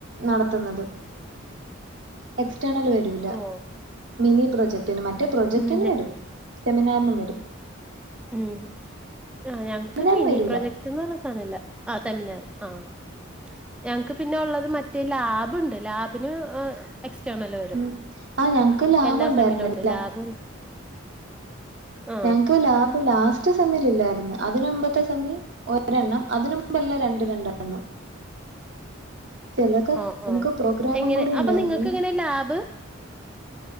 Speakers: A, on the right; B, in the centre.
A: നടത്തുന്നത്
B: <unintelligible>
A: എക്സ്റ്റേർണൽ വരൂല
B: ഓ
A: മിനി പ്രൊജക്റ്റന് മറ്റേ പ്രൊജക്റ്റന്
B: ഉം ഞ
A: വരും സെമിനാർനും വരും
B: ഉം ആഹ് ഞങ്ങക്ക്
A: സെമിനാറിന്
B: മിനി
A: വരൂല
B: പ്രൊജക്ട്ന്നർഞ്ഞ സാനല്ല ആ സെമിനാറ് ആഹ് ഞങ്ങക്ക് പിന്നെ ഉള്ളത് മറ്റേ ലാബ്ണ്ട് ലാബിന് എക്സ്റ്റേണൽ വരും
A: ഉം ആഹ് ഞങ്ങക്ക് ലാബുഉണ്ടായിരുന്നില്ല
B: എല്ലാ സെമ്മിലും ഉണ്ട് ലാബും ആ
A: ഞങ്ങക്ക് ലാബ് ലാസ് റ്റ് സെമ്മിലില്ലായിരുന്നു അതിനുമ്പത്തെ സെമ്മി ഒരെണ്ണം അതിനുമ്പല്ല രണ്ടരണ്ടാണ് എണ്ണം ചെലർക്ക്
B: ഓ
A: നമുക്ക്
B: ഓ
A: പ്രോഗ്രാമുംകൂടി
B: എങ്ങനെ അപ്പൊ
A: ഉണ്ടായിരുന്നേ
B: നിങ്ങൾക്ക് എങ്ങനെ ലാബ്